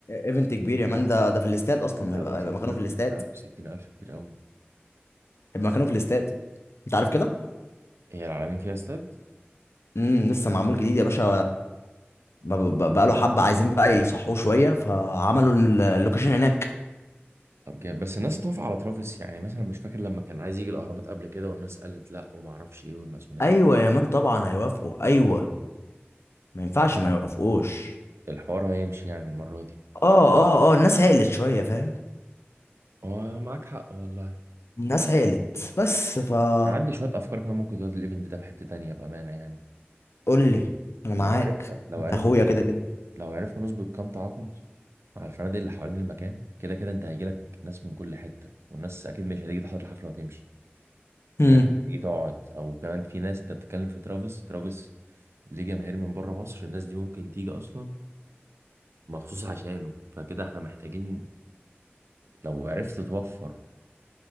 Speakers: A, on the left (about 85°); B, on the right (about 80°).
A: ايفنت كبير يا مان ده ده في الاستاد
B: كتير
A: اصلا
B: قوي
A: هيبقى
B: 60000
A: هيبقى مكانه في الاستاد
B: كتير قوي 60000 كتير قوي
A: هيبقى مكانه في الاستاد انت عارف كده
B: هي العالمين فيها استاد
A: امم لسه معمول جديد يا باشا ب- ب- بقى له حبه عايزين بقى يصحوه شويه فعملوا ال- اللوكيشن هناك
B: طب جامد بس الناس اتوافق على ترافيس يعني مثلا مش فاكر لما كان عايز يجي الاهرامات قبل كده والناس قالت لا وما اعرفش ايه والماسونيه
A: ايوه يا مان طبعا هيوافقوا ايوه ما ينفعش ما يوافقوش
B: الحوار هيمشي يعني المره دي
A: اه اه اه الناس عقلت شويه فاهم
B: هو معاك حق والله
A: الناس عقلت بس فا
B: أنا عندي شويه افكار كمان ممكن تودي الايفنت ده في حته تانية بامانه يعني
A: قول لي انا معاك
B: لو عرفنا لو
A: انت
B: عرفنا
A: اخويا كده كده
B: لو عرفنا نظبط كام تعاقد مع الفنادق اللي حوالين المكان كده كده انت هيجيلك ناس من كل حته والناس اكيد مش هتيجي تحضر الحفله وتمشي
A: امم
B: الناس هتيجي تقعد او كمان في ناس انت بتتكلم في ترافيس ترافيس ليه جماهير من بره مصر الناس دي ممكن تيجي اصلا مخصوص عشانه فكده احنا محتاجين لو عرفت توفر